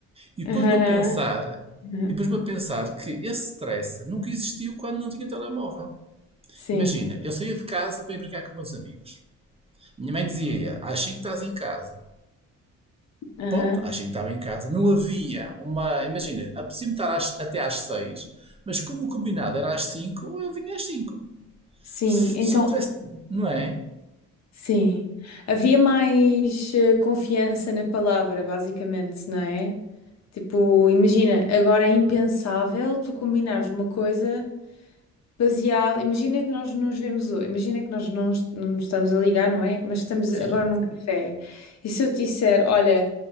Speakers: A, on the right; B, on the left.
A: E depois
B: Aham.
A: me a pensar,
B: <laughs> Aham.
A: e depois me a pensar que esse stress nunca existiu quando não tinha telemóvel.
B: Sim.
A: Imagina, eu saía de casa para ir brincar com meus amigos. Minha mãe dizia, às 5 estás em casa.
B: Aham.
A: Ponto, achei que estava em casa. Não havia uma. Imagina, apetecia-me estar às- até às seis mas como o combinado era às cinco eu vinha às cinco
B: Sim,
A: Se,
B: então,
A: se eu tivesse. Não é?
B: sim. Havia mais eh, confiança na palavra, basicamente, não é? Tipo, imagina, agora é impensável tu combinares uma coisa baseada. Imagina que nós nos vemos hoje, imagina que nós não, nos- não nos estamos a ligar, não é? Mas que estamos
A: Sim.
B: agora num café. E se eu te disser, olha,